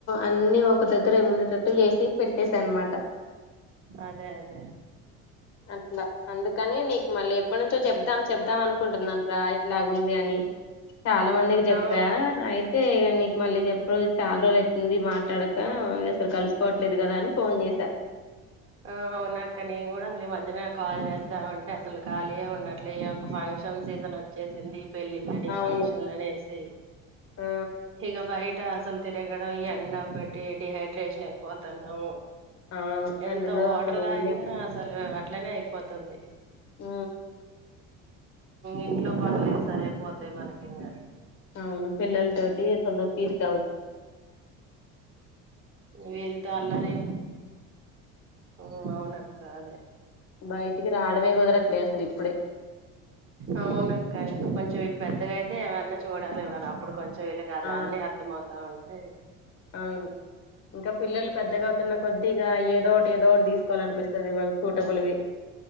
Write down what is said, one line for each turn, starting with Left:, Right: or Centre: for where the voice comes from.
Left: అన్నీ ఒక దగ్గె రేవ్ ఉండేటట్టు వేసి పెట్టసా అనమాట
Right: అదే అదే
Left: అట్లా అందుకని నీకు మళ్ళీ ఎప్పటినుంచో చెప్దాం చెప్దాం అనుకుంటున్నాంట్రా ఇట్లాగుంది అని చాలా మందికి చెప్పా
Right: ఆ
Left: అయితే ఇ నీ మళ్ళీ చెప్పుడు చాలా రోజులు అవుతుంది మాట్లాడక అసలు కలుసుకోవట్లేదు కదా అని ఫోన్ చేసా
Right: ఆ అవున అక్క నేను కూడా అసలు ఈ మధ్యన ాళీ చేద్దా అంటే అసలు ఖాళీయ ఉండట్లే ఈ యొక్క ఫంక్షన్ సీజన్ వచ్చేసింది పెళ్ళిళని
Left: అవును
Right: ఫంక్షన్లని వసి
Left: ఆ
Right: ఇక బై ఇట్ట అసలు తిరగడం ఈ ఎండ పెట్టి డిహైడ్రేషన్ అయిపోతున్నా
Left: అవును
Right: ఎంత
Left: ఎండలో
Right: ఓటర్
Left: అసలు ఉండలేము
Right: తాగిన
Left: రా
Right: అసలు అట్లనే అయిపోతుంది
Left: ఆ
Right: ఇంట్లో పనులే సరే పోతాయి మనకి ఇంకా
Left: అవును పిల్లలతోటి తొందర తీరు కావదు
Right: వీళతో అల్లరిే ఉ అవున అక్క అదే
Left: బయటికి రావడమే కుదరట్లే అసలు ఇప్పుడే
Right: అవునక్క ఇంక కొంచెం వీళ్ళు పెద్దగా అయితే ఏవన్నా చూడాలి ఎవరు అప్పుడు కొంచెం చెయలు కాదు
Left: ఆ
Right: అన్నీ అర్థమ అవుతా ఉంటయి అ
Left: అవును ఇంకా పిల్లలు పెద్దగా
Right: ఉమ్,
Left: అవుతున్న కొద్ది ఇగ ఏదో ఒకటి ఏదోటి తీసుకోవాలనిపిస్తది వాళ్ళ సూటబుల్వి